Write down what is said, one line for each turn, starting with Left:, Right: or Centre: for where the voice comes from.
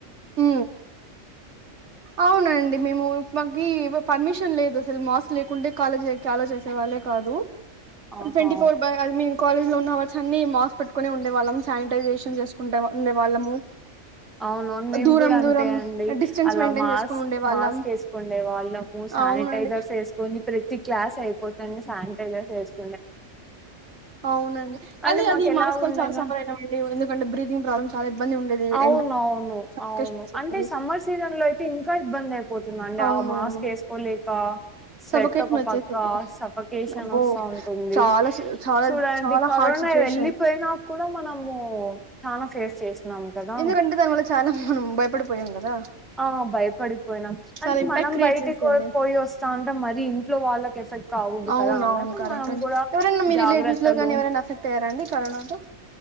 Right: హు అవునండి మేము మాకి పర్మిషన్ లేదు అసలు మాస్క్ లేకుంటే కాలజీకి ఆలో చేసే వాళ్ళే కాదు
Centre: ఆహా!
Right: ట్వంటీ ఫోర్ బై ఐ మీ కాలేజ్ లో ఉన్నవర్స్ అన్ని మాస్క్ పెట్టుకునే ఉండే వాళ్ళం శానిటైజేషన్ చేసుకుంటే ఉండే వాళ్ళము
Centre: అవునవును మేము
Right: దూరం
Centre: కూడా అంతే
Right: దూరం
Centre: అండి
Right: డిస్టెన్స్
Centre: అలా
Right: మెయింటైన్
Centre: మాస్క్
Right: చేసుకుని ఉండే వాళ్ళం
Centre: మాస్క్ వేసుకోండే వాళ్ళము శానిటైజర్స్
Right: అవునండి
Centre: వేసుకొని ప్రతి క్లాస్ అయిపో పోతానే శానిటైజర్స్ వేసు
Right: అవునండి
Centre: అంటే
Right: అదే అది
Centre: మాకెలా
Right: మాస్క్ వల్ల
Centre: ఉండేద
Right: చాలా సఫర్ అయినా అండి ఎందుకంటే బ్రీతింగ్ ప్రాబ్లమ్ చాలా ఇబ్బంది ఉండేది
Centre: అవున
Right: ఎండ
Centre: అవును
Right: సఫికేషన్
Centre: అవును
Right: వచ్చేసేది
Centre: అంటే సమ్మర్ సీజన్ లో అయితే ఇంకా ఇబ్బందే పోతున్నానండి
Right: అవునవును
Centre: ఆ మాస్క్ వేసుకోలేక స్వెట్
Right: సఫికేషన్
Centre: ఒక
Right: వచ్చేసేది
Centre: పక్క సఫకేషన్
Right: అబ్బో
Centre: వస్తా ఉంటుంది
Right: చాలా సి చాలా
Centre: చూడండి
Right: చాలా
Centre: కరోనా
Right: హార్డ్ సిచ్యువేషన్
Centre: వెళ్లిపోయినా కూడా మనము చానా ఫేస్ చేసా కదా
Right: ఎందుకంటే దాని వల్ల చాలా మనం భయపడిపోయాం కదా
Centre: ఆ భయపడిపోయినాం
Right: చాలా
Centre: అంటే
Right: ఇంపాక్ట్
Centre: మనం
Right: క్రియేట్
Centre: బయటికి
Right: చేసింది
Centre: పోయి వస్తాంట మరి అది ఇంట్లో వాళ్ళకి ఎఫెక్ట్ కాకూడదు
Right: అవును
Centre: కదా అన్నటు
Right: అవును కరెక్ట్
Centre: మనం
Right: అండి
Centre: కూడా
Right: ఎవరైనా మీ
Centre: జాగ్రత్తలు
Right: రిలేటివ్స్ లో కానీ ఎవరైనా అఫెక్ట్ అయ్యారా అండి కరోనాతో